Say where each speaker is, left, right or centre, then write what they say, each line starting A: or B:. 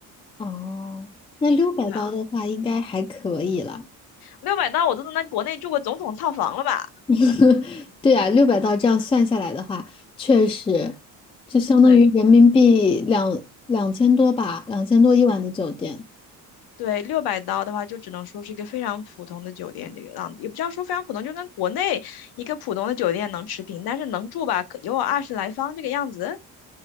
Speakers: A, on the left; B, on the left.
A: 哦，那六百刀的话应该还可以了。
B: 对啊，六百刀我都能在国内住个总统套房了吧？
A: <laughs> 对呀，六百刀这样算下来的话，确实就相当于人民币两两千多吧，
B: 对，
A: 两千多一晚的酒店
B: 对，六百刀的话，就只能说是一个非常普通的酒店，这个样子也不叫说非常普通，就跟国内一个普通的酒店能持平，但是能住吧，可有二十来方这个样子，